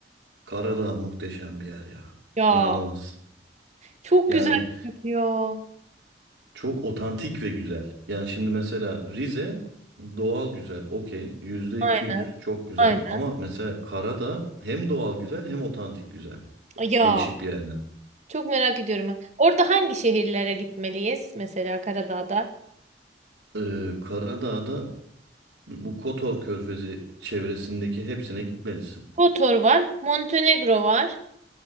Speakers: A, on the right; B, on the right.
A: Karadağ muhteşem bir yer ya.
B: Ya
A: İnanamazsın.
B: çok
A: Yani
B: güzel gözüküyor.
A: Çok otantik ve güzel. Yani şimdi mesela Rize doğal güzel, okey. Yüzde
B: Aynen,
A: iki yüz çok güzel.
B: aynen.
A: Ama mesela Karadağ hem doğal güzel hem otantik güzel.
B: Ya.
A: Değişik bir yerden.
B: Çok merak ediyorum. Orada hangi şehirlere gitmeliyiz? Mesela Karadağ'da.
A: Ee, Karadağ'da bu Kotor Körfezi çevresindeki hepsine gitmelisin.
B: Kotor var. Montenegro var.